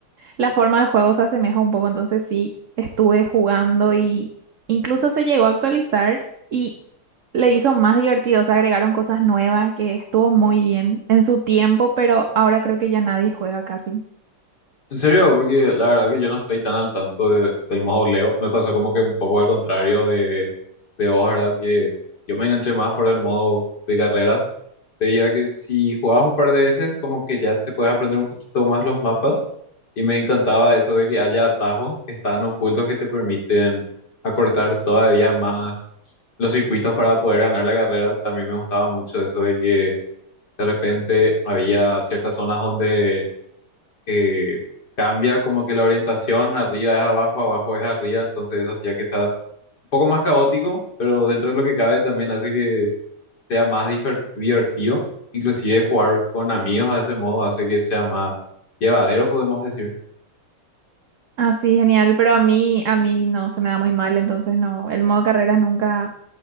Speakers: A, on the right; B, on the left.
A: La forma de juego se asemeja un poco, entonces sí, estuve jugando y incluso se llegó a actualizar y le hizo más divertido, se agregaron cosas nuevas que estuvo muy bien en su tiempo, pero ahora creo que ya nadie juega casi.
B: En serio, porque la verdad que yo no estoy tan al tanto de- del modo Leo. Me pasó como que un poco al contrario de vos, ¿verdad? Que yo me enganché más por el modo de carreras, debido a que si jugabas un par de veces, como que ya te puedes aprender un poquito más los mapas. Y me encantaba eso de que haya atajos que están ocultos que te permiten acortar todavía más los circuitos para poder ganar la carrera. También me gustaba mucho eso de que de repente había ciertas zonas donde eh, cambia como que la orientación, arriba es abajo, abajo es arriba, entonces eso hacía que se un poco más caótico, pero dentro de lo que cabe también hace que sea más difer- divertido. Inclusive jugar con amigos a ese modo hace que sea más llevadero, podemos decir.
A: Así, genial, pero a mí, a mí no, se me da muy mal, entonces no, el modo carreras nunca